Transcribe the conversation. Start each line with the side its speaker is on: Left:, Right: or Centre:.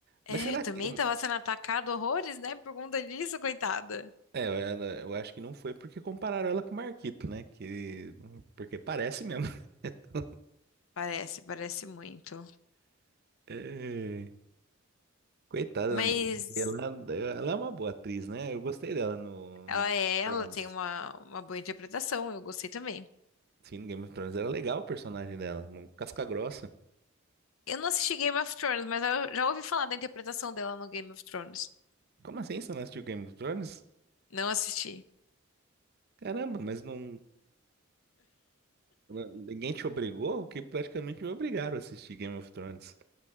Right: Mas
Left: É,
Right: será
Left: também
Right: que.
Left: tava sendo atacada horrores, né? Por conta disso, coitada.
Right: É, ela- eu acho que não foi porque compararam ela com o Marquito, né? Que, porque parece mesmo. <laughs>
Left: Parece, parece muito.
Right: É, Coitada
Left: Mas
Right: da menina. Ela, ela é uma boa atriz, né? Eu gostei dela no,
Left: ela
Right: no Game
Left: é
Right: of
Left: ela,
Right: Thrones.
Left: tem uma, uma boa interpretação, eu gostei também.
Right: Sim, no Game of Thrones era legal o personagem dela, uma casca grossa.
Left: Eu não assisti Game of Thrones, mas eu já ouvi falar da interpretação dela no Game of Thrones.
Right: Como assim você não assistiu Game of Thrones?
Left: Não assisti.
Right: Caramba, mas não. Ninguém te obrigou, que praticamente me obrigaram a assistir Game of Thrones.